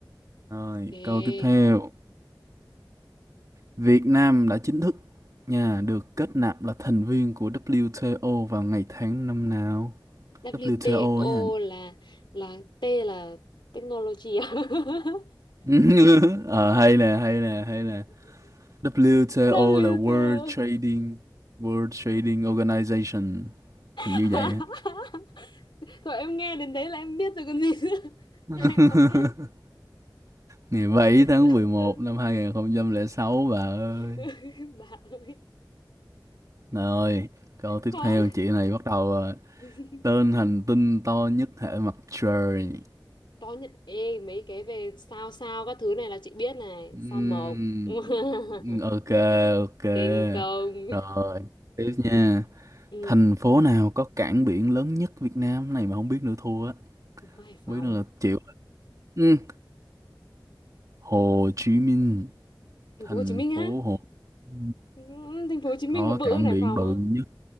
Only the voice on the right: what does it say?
Rồi,
câu tiếp theo. Việt Nam đã chính thức nha được kết nạp là thành viên của WTO vào ngày tháng năm nào?
WTO nha.
<laughs> Ờ hay nè, hay nè, hay nè. WTO
là World Trading World Trading Organization.
Hình như vậy á.
<laughs>
Ngày 7 tháng
11
năm 2006 bà ơi.
Rồi, câu tiếp
theo chị này bắt đầu rồi.
Tên hành tinh to nhất hệ mặt trời.
Ừm,
ok ok
rồi tiếp nha
thành phố nào có cảng biển lớn nhất Việt Nam Cái này mà không biết nữa thua á
Không biết nữa là chịu ừ. Hồ Chí Minh
thành
phố Hồ Chí
có
cảng
biển
bự
nhất